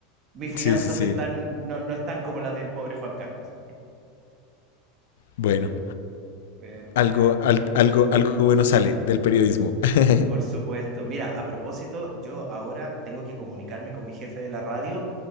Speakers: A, on the right; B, on the left.
A: mis finanzas
B: Sí, sí, sí.
A: están, no, no están como las del pobre Juan Carlos.
B: Bueno,
A: Bueno, Mateo,
B: algo, al- algo, algo bueno sale del periodismo. <laughs>
A: por supuesto. Mira, a propósito, yo ahora tengo que comunicarme con mi jefe de la radio